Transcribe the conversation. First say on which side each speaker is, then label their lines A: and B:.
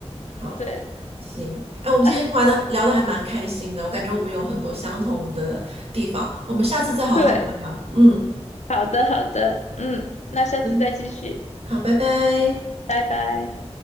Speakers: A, on the right; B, on the left.
A: 好，
B: 对。
A: 行，哎，我们今天玩的聊的还蛮开心的，
B: 哎
A: 我感觉我们有很多相同的地方，我们下次再好好聊聊。
B: 对，
A: 嗯，
B: 好的，好的，嗯，那下次再继续，
A: 好的，好，拜拜。
B: 拜拜。